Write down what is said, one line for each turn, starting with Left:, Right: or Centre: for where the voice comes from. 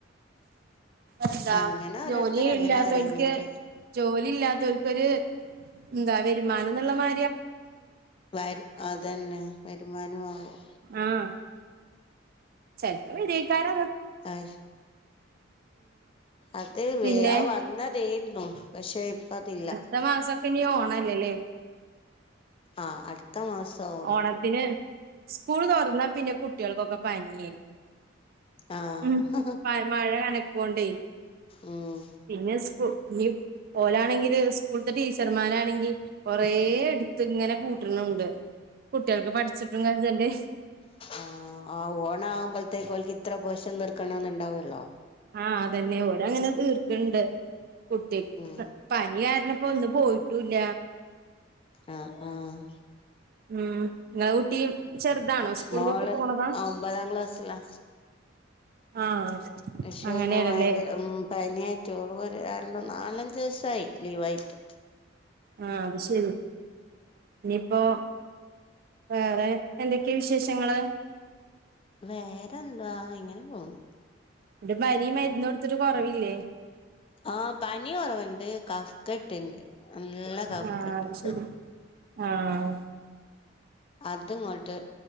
Right: എന്താ
Left: അങ്ങനെ ഓരോരുത്തർ
Right: ജോലി
Left: അങ്ങനെ
Right: ഇല്ലാത്തോൽക്ക്
Left: പറയുന്നുണ്ട്
Right: ജോലി ഇല്ലാത്തോൽക്കൊരു എന്താ വരുമാനം എന്നുള്ള മാ
Left: വരു അതന്നെ വരുമാനും ആകും
Right: ആഹ് ചെലപ്പം വരാക്കാരം
Left: ആഹ് അത്
Right: പിന്നെ
Left: ആ വന്നതേരുന്നു പക്ഷെ ഇപ്പ അതില്ല
Right: അടുത്ത മാസവൊക്കെ ഇനി ഓണം അല്ലേ അല്ലേ?
Left: ആഹ് അടുത്ത മാസം ഓണം
Right: ഓണത്തിന് സ്കൂള് തൊറന്നാ പിന്നെ കുട്ടികൾക്കൊക്കെ പനിയായി
Left: ആഹ്
Right: ഉം മഴ കനകോണ്ടേ
Left: ഉം
Right: പിന്നെ ഇസ്‌ക്കും. ഞ്ഞി ഓലാണെങ്കില് സ്കൂൾത്തെ ടീച്ചർമാരാണെങ്കി കൊറേ ട്ത്ത്ങ്ങനെ കൂട്ട്ണുണ്ട്. കുട്ടികൾക്ക് പഠിച്ചിട്ടും കജ്ജ <unintelligible> ണ്ടേ
Left: ആഹ് ആ ഓണാവുമ്പൾത്തേക്ക് ഓൽക്ക് ഇത്ര പോഷൻ തീർക്കണന്നുണ്ടാവല്ലോ
Right: ആഹ് അതന്നെ ഓരങ്ങനെ തീർക്ക്ണ്ട് കുട്ടി
Left: ഉം
Right: <unintelligible> പനി കാരണപ്പോ ഇന്ന് പോയിട്ടൂല്ല.
Left: ആഹ് ആഹ്
Right: ഉം ഇങ്ങളെ കുട്ടി ചെറുതാണോ സ്കൂൾക്കൊക്കെ
Left: മോള്
Right: പോണതാ
Left: ആഹ് ഒമ്പതാം ക്ലാസ്സിലാ
Right: ആഹ്
Left: പക്ഷേ
Right: അങ്ങനെയാണല്ലേ
Left: <unintelligible> ഭയങ്കരം. ഉം പനിയായിട്ട് ഓള് ഒര് രണ്ടും നാലഞ്ച് ദിവസായി ലീവായിട്ട്.
Right: ആഹ് അത് ശരി ഇനിയിപ്പോ വേറെ എന്തൊക്കെയാ വിശേഷങ്ങള്?
Left: വേറെന്തോ ഇങ്ങനെ പോകുന്നു.
Right: ന്നിട്ട് പനി മരുന്ന് കൊടുത്തിട്ട് കൊറവില്ലേ?
Left: ആഹ്, പനി കൊറവ്ണ്ട് കഫ്കെട്ട് ട്ടിന്റെ നല്ല കഫ
Right: ആഹ്
Left: കെട്ട്
Right: അത് ശരി ആഹ്
Left: അത് ഇങ്ങോട്ട്